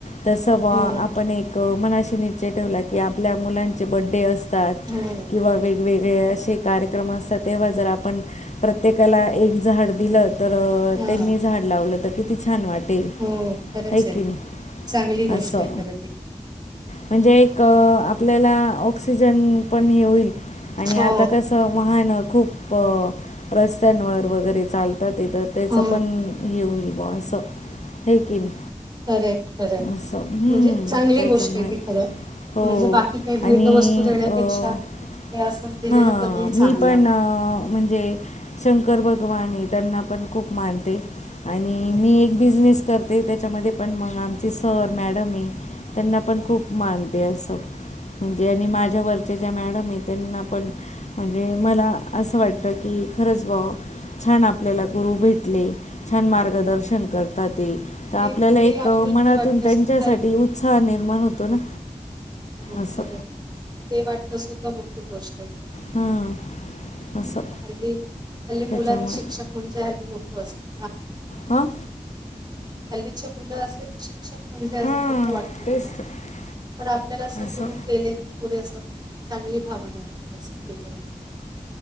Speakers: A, on the left; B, on the right.
A: तस व
B: हो,
A: आपण एक मनाशी निश्चय ठेवला की, आपल्या मुलांचे बड्डे असतात
B: हो.
A: किंवा वे वेगवेगळे असे कार्यक्रम असतात, तेव्हा जर आपण प्रत्येकाला एक झाड दिलं तर
B: हां.
A: त्यांनी झाड लावलं तर किती छान वाट ते,
B: हो, खरंच
A: हैकिणी
B: आहे. चांगली गोष्ट
A: असं.
B: आहे खरं ती.
A: म्हणजे एक आपल्याला ऑक्सिजन पण ये होईल, आणि
B: हो,
A: आता कसं वाहनं खूप रस्त्यांवर वगैरे चालत तिथं त्याचं
B: हो.
A: पण हे होईल बो असं. हे की नाही?
B: खरय खरय,
A: असं हम्म.
B: म्हणजे चांगली
A: त्याच्यामुळे
B: गोष्ट आहे ती खरं.
A: हो
B: म्हणजे बाकी काही भेटवस्तू
A: आणि
B: देण्यापेक्षा
A: अ,
B: हे असंच दिलेलं
A: हां,
B: कधीही चांगलं.
A: मी पण अ, शंकर भगवान त्यांना पण खूप मानते आणि
B: का?
A: मी एक बिझनेस करते. त्याच्यामध्ये पण मग आमची सर, मॅडमे त्यांना पण
B: हा, हो,
A: खूप मानते असं. म्हणजे
B: हो.
A: आणि माझ्यावरचे ज्या मॅडम आहे, त्यांना पण म्हणजे मला असं वाटत की, खरंच बुआ छान आपल्याला गुरु भेटले. छान मार्गदर्शन
B: हो.
A: करतात. तर आपल्याला
B: ते
A: एक
B: ते आपुलकी
A: मनातून
B: वाटणं
A: त्यांच्यासाठी
B: सुद्धा एक
A: उत्साह निर्माण
B: हो,
A: होतो ना.
B: हो,
A: असं.
B: खरय. ते वाटन सुद्धा मोठी गोष्ट आहे.
A: हम्म, असं.
B: नाहीतर हल्ली हल्ली,
A: त्याच्यामुळे
B: मुलांना शिक्षक म्हणजे हल्ली नको असते.
A: हा.
B: हल्लीचे मुलं असेल शिक्षक म्हणजे अस
A: हां
B: वाटत
A: तेच
B: मुलांना,
A: तर
B: पण आपल्याला अस
A: असं
B: गुरू केले पुढे असं चांगली भावना वाटते. असं केले ज